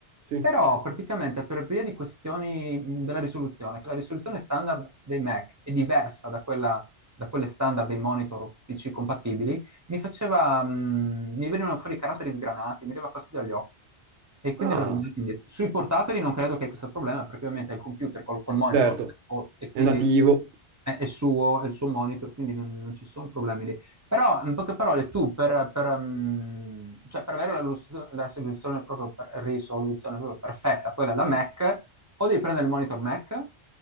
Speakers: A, on the right; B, on the right.
A: sì.
B: Però praticamente per via di questioni mh, della risoluzione, che la risoluzione standard dei Mac è diversa da quella, da quelle standard dei monitor PC compatibili, mi faceva, mm, mi venivano fuori i caratteri sgranati, mi dava fastidio agli occhi e quindi
A: Ah,
B: l'ho rimandato indietro. Sui portatili non credo che hai questo problema perché ovviamente è il computer col, col monitor
A: certo,
B: col- e quindi
A: è nativo.
B: è, è suo, è il suo monitor, quindi non, non ci sono problemi lì. Però, in poche parole, tu per, per, mm, cioè, per avere la, lus- la soluzione proprio per- risoluzione proprio perfetta, quella da Mac, o devi prendere il monitor Mac